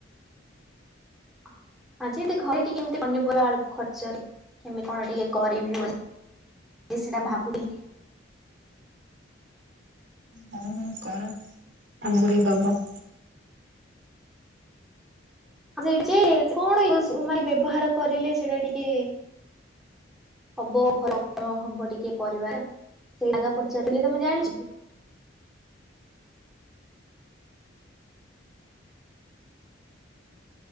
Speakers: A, in the centre; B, on the right.
A: ଆଁ ଯେ ଏମିତି ଘରେ ଟିକେ ଏମିତି ପନିପୁରା ଖର୍ଚ୍ଚ ରେ। କେମତି କଣ ଟିକେ କରିବି ବୋଲି ସେଟା ଭାବୁନିଥିଲି।
B: ହଁ। ହଁ କର ଆମକୁ ଟିକେ ଦବ।
A: ସେ ଯେ କଣ ୟୁ ବ୍ୟବହାର କରିଲେ ସେଇଟା ଟିକେ ହବ ଭଲ ହବ ଟିକେ ପରିବାର ସେଇଟାଗା ପଚାରିଥିଲି ତମେ ଜାଣିଛ?